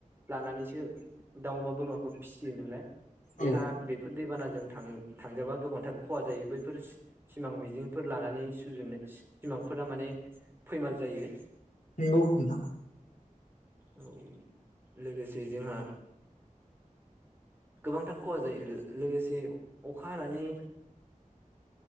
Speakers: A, on the right; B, on the left.
A: लानानैसो दाउ अमा बोरमाखौ फिसियो नालाय बेहा
B: औ
A: बेफोर दैबानाजों थां थांजाबा गोबांथार खहा जायो बैफोर सिमां मिजिंफोर लानानै सुजुनो सिमांफोरा माने फैमाल जायो।
B: नंगौ नोंथां
A: औ लोगोसे जोंहा गोबांथार खहा जायो लोगोसे अखा हानानै